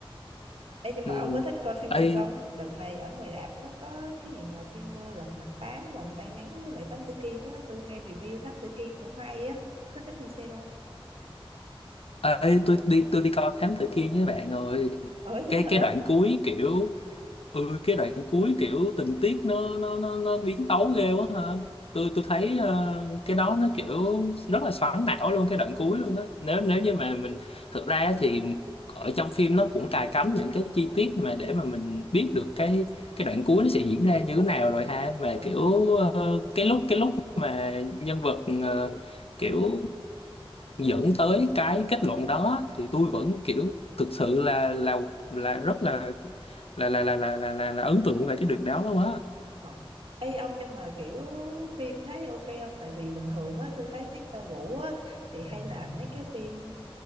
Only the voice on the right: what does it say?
Ê, nhưng
mà ông có thích coi phim
Việt không? Đợt này ở ngoài rạp nó có cái gì mà phim ờ, Lật Mặt Tám, Vòng Tay Nắng với lại Thám Tử Kiên á, tôi nghe review Thám Tử Kiên cũng hay á, có tính đi xem không?
Ở chứ
hả?
Ờ,
ờ,
ừ.
Ờ. Ê ông nhưng mà kiểu phim thấy ok không? Tại vì bình thường á, tôi thấy Victor Vũ á, thì hay làm mấy cái phim